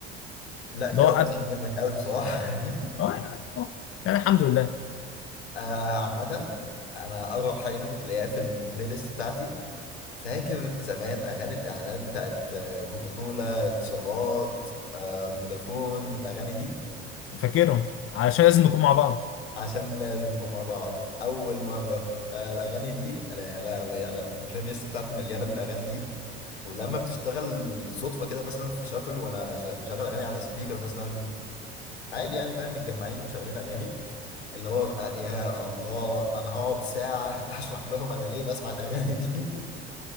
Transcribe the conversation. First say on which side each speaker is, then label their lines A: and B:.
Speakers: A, on the left; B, on the left.
A: لا كده
B: ده
A: بسلك
B: انا
A: منك قوي بصراحة <laughs>
B: آه، آه، يعني الحمد لله
A: آه، عامة أنا أغرب حاجة ممكن تلاقيها في البلاي ليست بتاعتي فاكر زمان أغاني الإعلانات بتاعت آه، كوكاكولا اتصالات آه، فودافون الأغاني دي
B: فاكرهم علشان لازم نكون مع بعض
A: عشان لازم نكون مع بعض أول مرة آه، الأغاني دي لا لا البلاي ليست بتاعتي مليانة بالأغاني دي ولما بتشتغل صدفة كده مثلا في شافل وأنا شا- مشغل أغاني على سبيكر مثلا عادي يعني فاهم متجمعين ومشغلين اغاني اللي هو بقى يا الله انا هقعد ساعه <laughs> اشرح لهم انا ليه بسمع الاغاني دي <laughs>